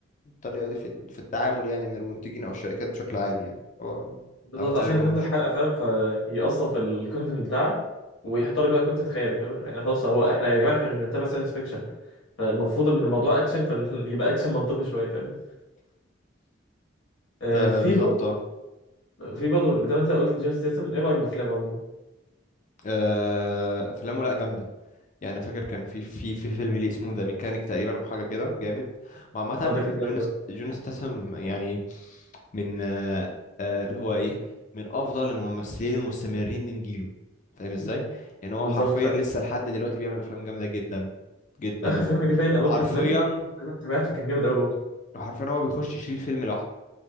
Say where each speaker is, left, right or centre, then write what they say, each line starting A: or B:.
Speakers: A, on the left (about 40°); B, on the left (about 80°).
A: الطريقه دي في ال- في التعامل يعني من المنتجين او الشركات بشكل عام يعني هو
B: بالظبط
A: ما بحترمهمش
B: عشان ننزل حلقه فاهم فيقصف في الكونتنت بتاعه ويحط لك بقى كونتنت خيالي فاهم يعني خلاص هو احنا يا جماعه احنا مش بنتابع ساينس فيكشن فالمفروض ان الموضوع اكشن فيبقى <laughs> اكشن منطقي شويه فاهم آه،
A: آه
B: في
A: بالظبط
B: برضه
A: اه
B: في برضه بدل انت قلت جون ستيتم ايه رايك بالافلام عموما؟
A: آه، افلامه لا جامده يعني أنا فاكر كان في في في فيلم ليه اسمه ذا ميكانيك تقريبا او حاجه كده جامد وعامه
B: اه ده كان جامد
A: جون
B: قوي
A: ست- جون ستاثام يعني من آه، آه، اللي هو ايه من افضل الممثلين المستمرين من جيله فاهم ازاي يعني
B: بالظبط
A: هو حرفيا
B: فعلا
A: لسه لحد دلوقتي بيعمل افلام جامده جدا جدا
B: اخر فيلم
A: وحرفيا
B: ليه باين ابوكينج مان انا تابعته كان جامد قوي برضه
A: وحرفيا هو بيخش يشيل فيلم لوحده